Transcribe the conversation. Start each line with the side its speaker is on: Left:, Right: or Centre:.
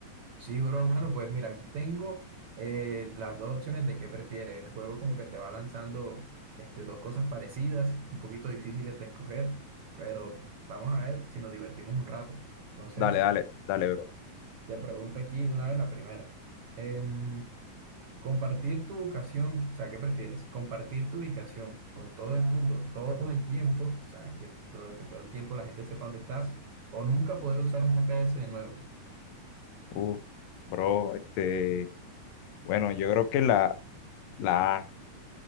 Right: Sí, bro, Bueno, pues mira, aquí tengo eh, las dos opciones de qué prefieres. El juego como que te va lanzando este, dos cosas parecidas, un poquito difíciles de escoger, pero vamos a ver si nos divertimos un rato. Entonces,
Left: Dale, dale, dale, bro.
Right: te pregunto aquí de una vez la primera. Em, compartir tu ubicación, o sea, ¿qué prefieres? Compartir tu ubicación con todo el mundo, todo el tiempo, o sea, que todo, que todo el tiempo la gente sepa dónde estás, o nunca poder usar un GPS de nuevo.
Left: Uf, bro, este. Bueno, yo creo que la, la A,